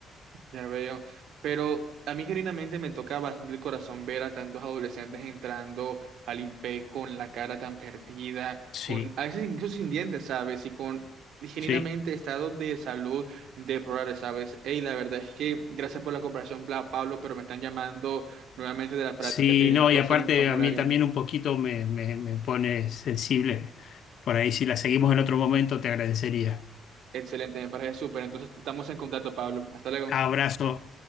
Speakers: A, on the right; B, on the left.
A: Ya veo. Pero a mí genuinamente me toca bastante el corazón ver a tantos adolescentes entrando al INPE con la cara tan perdida,
B: Sí,
A: con a veces incluso sin dientes, ¿sabes? Y con genuinamente
B: sí.
A: estados de salud deplorables, ¿sabes? Ey, la verdad es que gracias por la cooperación, Pla- Pablo, pero me están llamando nuevamente de la práctica
B: Sí,
A: que necesito
B: no, y aparte
A: hacer un formulario.
B: a mí también un poquito me, me, me pone sensible. Por ahí, si la seguimos en otro momento, te agradecería.
A: Excelente, me parece súper. Entonces estamos en contacto, Pablo. Hasta luego.
B: Abrazo.